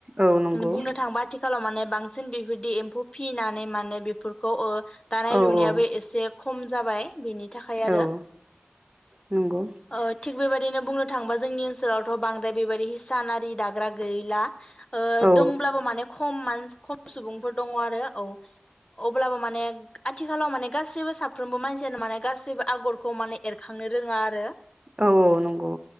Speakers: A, on the right (about 30°); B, on the left (about 25°).
A: औ नंगौ
B: ओ बुंनो थांबा थि खालाव माने बांसिन बेफोरदि एम्फौ फिनानै माने बेफोरखौ ओ दानाय
A: औ
B: लुनायाबो
A: औ
B: एसे खम जाबाय बेनि थाखाय आरो
A: औ नंगौ
B: ओ थिग बेबायदिनो बुंनो थां बा जोंनि ओनसोलावथ' बांद्राय बेबायदि हिसान आरि दाग्रा गैला ओ
A: औ
B: दंब्लाबो माने खम मान खम सुबुंफोर दङ आरो औ अब्लाबो माने आथिखालाव माने गासैबो साफ्रोमबो मानसियानो माने गासैबो आगरखौ माने एरखांनो रोङा आरो
A: औ औ नंगौ